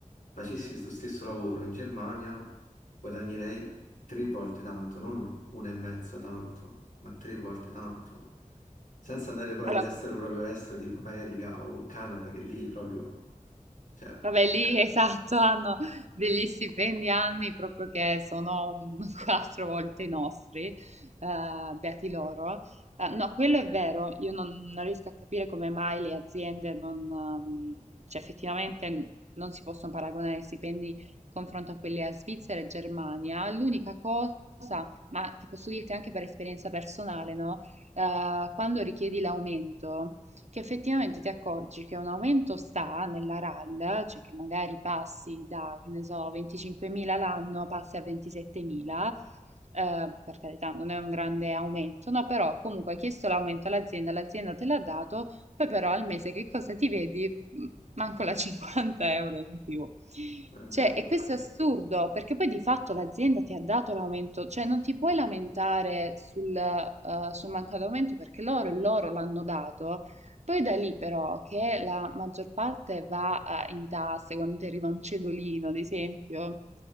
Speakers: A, on the left (about 70°); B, on the right (about 55°).
A: facessi lo stesso lavoro in Germania guadagnerei tre volte tanto, non una e mezza tanto, ma tre volte tanto. Senza andare poi
B: Allora,
A: all'estero proprio estero, tipo America o Canada, che lì proprio, cioè, è
B: Vabbè, lì <laughs> esatto, hanno degli stipendi anni proprio che sono un- <laughs> quattro volte i nostri, eh, beati loro. Eh, no, quello è vero, io non, non riesco a capire come mai le aziende non, ehm, cioè effettivamente non si possono paragonare i stipendi in confronto a quelli a Svizzera e Germania. L'unica cosa, ma che posso dirti anche per esperienza personale, no? Eh, quando richiedi l'aumento che effettivamente ti accorgi che un aumento sta nella RAL, cioè che magari passi da, che ne so, 25.000 l'anno, passi a 27.000, eh, per carità non è un grande aumento, no, però comunque hai chiesto l'aumento all'azienda, l'azienda te l'ha dato, poi però al mese che cosa ti vedi? M- Manco la 50 euro in più.
A: vero,
B: Cioè, e questo
A: sì.
B: è assurdo, perché poi di fatto l'azienda ti ha dato l'aumento, cioè non ti puoi lamentare sul, eh, sul mancato aumento perché loro, loro l'hanno dato poi da lì però che la maggior parte va eh, in tasse, quando ti arriva un cedolino, ad esempio,